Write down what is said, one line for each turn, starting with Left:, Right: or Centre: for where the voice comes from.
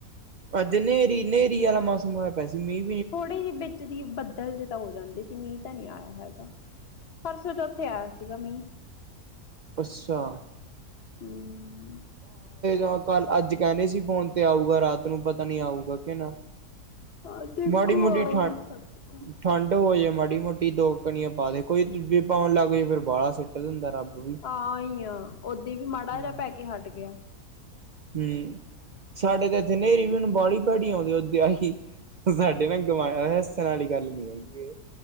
Right: ਅੱਜ ਨੇਰੀ ਨੇਰੀ ਆਲਾ ਮੌਸਮ ਹੋਇਆ ਪਿਆ ਸੀ ਮੀਂ
Left: ਥੋੜੇ ਜੇ ਵਿੱਚ ਬੱਦਲ ਜੇ ਤਾਂ ਹੋ ਜਾਂਦੇ ਸੀ ਮੀਂਹ ਤਾਂ ਨੀ ਆਇਆ ਹੈਗਾ, ਪਰਸੋਂ ਚੋਥੇ ਆਇਆ ਸੀਗਾ ਮੀਂਹ
Right: ਅੱਛਾ,
Left: ਹੂੰ
Right: ਆ ਕੱਲ ਅੱਜ ਕਹਿੰਦੇ ਸੀ ਫੋਨ ਤੇ ਆਊਗਾ ਰਾਤ ਨੂੰ ਪਤਾ ਨੀ ਆਊਗਾ ਕੇ ਨਾ
Left: ਹਾਂ ਦੇਖੋ
Right: ਮਾੜੀ ਮੋਟੀ
Left: ਆ
Right: ਠਾ
Left: ਵੀ ਸਕਦਾ।
Right: ਠੰਢ ਹੋਜੇ ਮਾੜੀ ਮੋਟੀ ਦੋ ਕਣੀਆ ਪਾ ਦੇ ਕੋਈ ਪਾਉਣ ਲੱਗ ਜਾਏ ਫਿਰ ਬਾਹਲਾ ਸਿਟ ਦਿੰਦਾ ਰੱਬ ਵੀ।
Left: ਹਾਂ ਐਈ ਆ ਓਦੇ ਵੀ ਮਾੜਾ
Right: ਹੂੰ।
Left: ਜਿਹਾ ਪੈ ਕੇ ਹਟ ਗਿਆ।
Right: ਹੂੰ, ਸਾਡੇ ਤੇ ਇੱਥੇ ਨੇਰੀ ਵੀ ਬਾਹਲੀ ਭੈੜੀ ਆਉਂਦੀ ਐ ਉਦੇ ਆਈ ਸਾਡੇ ਨਾ ਗਵਾ ਹੱਸਣ ਆਲੀ ਗੱਲ ਨੀ ਹੈਗੀ,